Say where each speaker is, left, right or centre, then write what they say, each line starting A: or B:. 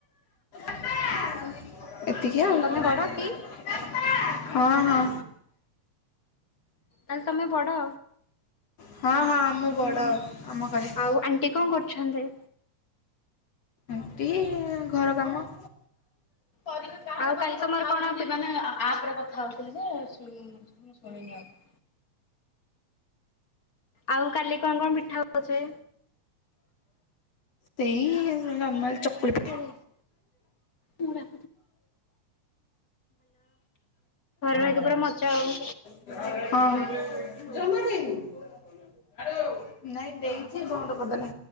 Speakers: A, on the left; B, on the left.
A: <inaudible> ଏତିକି ଆଉ
B: ତମେ
A: <unintelligible>
B: ବଡ କି?
A: ହଁ ହଁ।
B: ତାହାଲେ ତମେ ବଡ?
A: ହଁ ହଁ, ମୁଁ
B: ହୁଁ
A: ବଡ
B: ହୁଁ
A: ଆମ ଘରେ।
B: ଆଉ ଆଣ୍ଟି କଣ କରୁଛନ୍ତି?
A: ଆଣ୍ଟି ଘର କାମ।
B: ଆଉ କାଲି ତମର କଣ ହଉଛି ମାନେ ଆପରେ କଥା ହଉଥିଲି। <unintelligible> ଆଉ କାଲି କଣ କଣ ମିଠା ହଉଛେ?
A: ସେଇ ନର୍ମାଲ ଚକୁଳି ପି
B: <unintelligible> ଭଲ ଘାରେ ରହିକି ପୁରା ମଯା ଆଉ।
A: <unintelligible> <inaudible> ନାଇଁ ଦେଇଛି ବନ୍ଦ କରିଦେଲା।